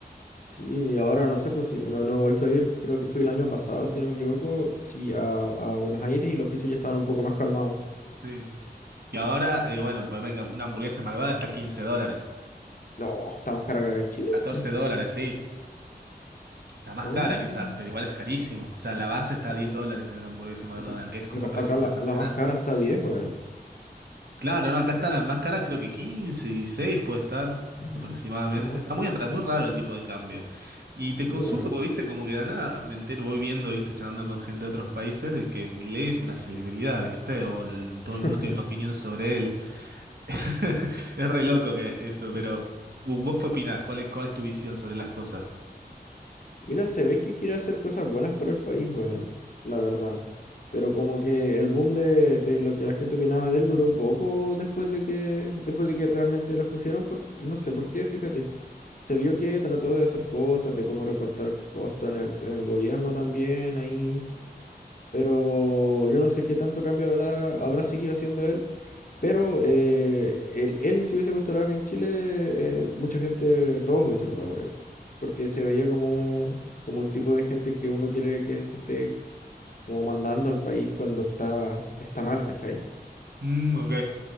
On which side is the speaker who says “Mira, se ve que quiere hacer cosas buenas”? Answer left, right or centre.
Left